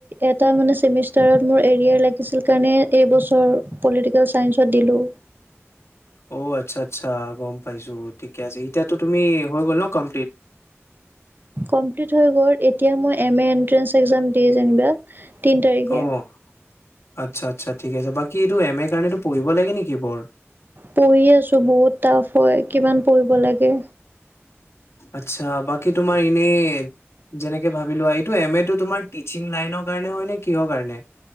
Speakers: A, on the right; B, on the left.
A: এটা মানে সেমেষ্টাৰ্ত মুৰ এৰীয়াৰ লাগিচিল কাৰণে এইবছৰ পলিটিকেল চাইঞ্চত দিলো
B: অ আচ্ছা আচ্ছা গম পাইছো ঠিকে আছে এতিয়াতো তুমি হৈ গ'ল ন কমপ্লিট
A: কম্প্লিট হৈ গ' এতিয়া মই এম এ এণ্ট্ৰেঞ্চ একজাম দি যেনিবা তিনি তাৰিখে
B: অ' আচ্ছা আ্ছা ঠিক আছে বাকী এইটো এম এ কাৰণেত পঢ়িব লাগে নেকি? বৰ
A: পঢ়ি আছো বহুত টাফ হয় কিমান পঢ়িব লাগে।
B: আচ্ছা বাকী তোমাৰ এনে যেনেকে ভাবিলোৱা এইটো এম এ তটো তোমাৰ টিচিং লাইনৰ কাৰণে হয় নে কিহৰ কাৰণে